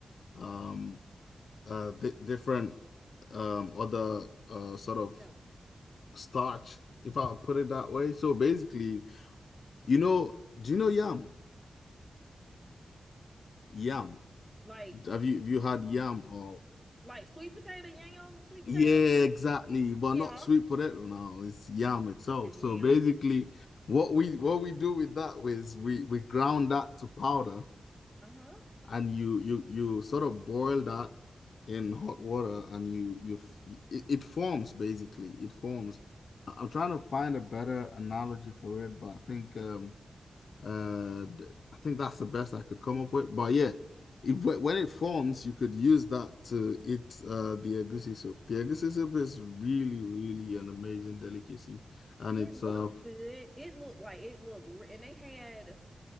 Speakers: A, on the left; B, in the centre.
A: um uh di different um other uh sort of
B: Yeah.
A: starch, if I put it that way. So basically, you know, do you know yam? Yam.
B: Like
A: Have you have you had yam or
B: like sweet potato yam, sweet
A: yeah,
B: potato.
A: exactly, but
B: Yeah.
A: not sweet potato now. It's yam itself.
B: It's
A: So
B: yam.
A: basically, what we what we do with that is we we ground that to powder,
B: Uh-huh.
A: and you you you sort of boil that in hot water and you you it, it forms basically it forms
B: Uh,
A: I- am trying to find a better analogy for it but i think um uh i think that's the best i could come up with but yeah it, when it forms you could use that to eat uh the egusi soup the egusi soup is really really an amazing delicacy and
B: It
A: it's
B: looked
A: uh
B: good. It looked like it looked re- and they had